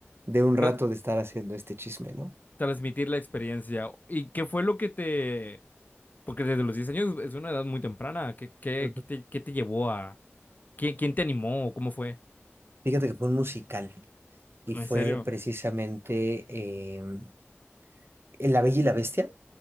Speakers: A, on the right; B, on the left.
A: de un rato
B: tra-
A: de estar haciendo este chisme, ¿no?
B: transmitir la experiencia. ¿Y qué fue lo que te... Porque desde los 10 años es una edad muy temprana. ¿Qué, qué,
A: Ujú.
B: qué te, qué te llevó a... ¿Quién, quién te animó? ¿Cómo fue?
A: Fíjate que fue un musical y
B: ¿En
A: fue
B: serio?
A: precisamente em, en La Bella y la Bestia,